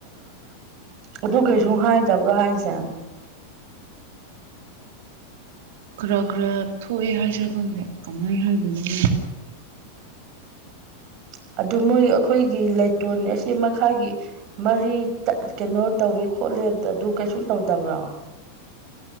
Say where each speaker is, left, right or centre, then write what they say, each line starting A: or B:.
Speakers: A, on the right; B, on the right.
A: ꯑꯗꯨ ꯀꯩꯁꯨ ꯍꯥꯏꯗꯕ꯭ꯔꯣ ꯍꯥꯏꯁꯦ
B: ꯈꯔ ꯈꯔ ꯊꯣꯛꯑꯦ ꯍꯥꯏꯁ ꯈꯜꯂꯦ ꯀꯃꯥꯏꯅ ꯍꯥꯏꯒꯣꯏꯅꯣ ꯈꯦ
A: <unintelligible> ꯑꯗꯨ ꯃꯣꯏ ꯑꯩꯈꯣꯏꯒꯤ ꯂꯩꯇꯣꯟ ꯑꯁꯤ ꯃꯈꯥꯒꯤ ꯃꯔꯤ ꯀꯩꯅꯣ ꯇꯧꯋꯣ ꯈꯣꯠꯂꯦꯕꯇ ꯑꯗꯨ ꯀꯩꯁꯨꯝ ꯇꯧꯗꯕ꯭ꯔꯣ